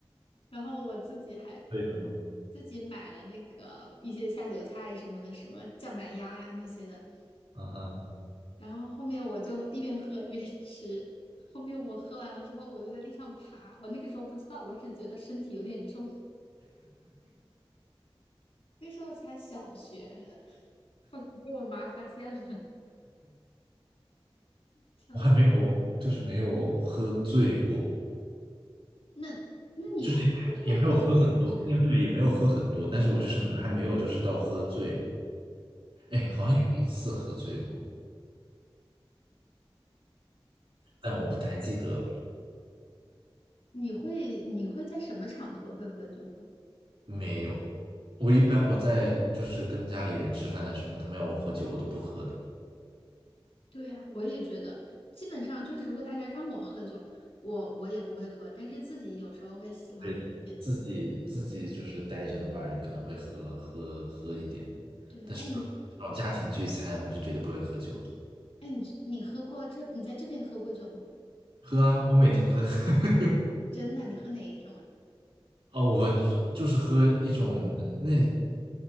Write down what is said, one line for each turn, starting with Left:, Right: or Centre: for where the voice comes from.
Left: 然后我自己还
Right: 为什么？
Left: 自己买了那个一些下酒菜什么的，什么酱板鸭呀那些的。
Right: 啊哈，
Left: 然后后面我就一边喝一边吃。后面我喝完了之后，我就在地上爬。我那个时候不知道，我只觉得身体有点重。那时候才小学，后来被我妈发现了，<laughs> 笑死。
Right: 我还没有，就是没有喝醉过。
Left: 那那你不太喝酒是不是？
Right: 就是也也没有喝很多，因为对，也没有喝很多，但是我就是还没有就是到喝醉，哎，
Left: 啊，
Right: 好像有一次喝醉过，但我不太记得了，
Left: 你会你会在什么场合会喝酒吗？
Right: 没有。我一般我在就是跟家里人吃饭的时候，他们要我喝酒，我都不喝的。
Left: 对呀，我也觉得，基本上就是如果大家让我喝酒，我我也不会喝，但是自己有时候会喜欢喝一点。
Right: 对，自己自己就是待着的话，就可能会喝喝喝一点，
Left: 对，
Right: 但是这种家庭聚餐，
Left: 哎你
Right: 我是绝对不会喝酒的。
Left: 哎你你喝过这你在这边喝过酒吗？
Right: 喝啊，我每天都在喝。<laughs>
Left: 真的，你喝哪一种啊？
Right: 哦，我就是喝一种那，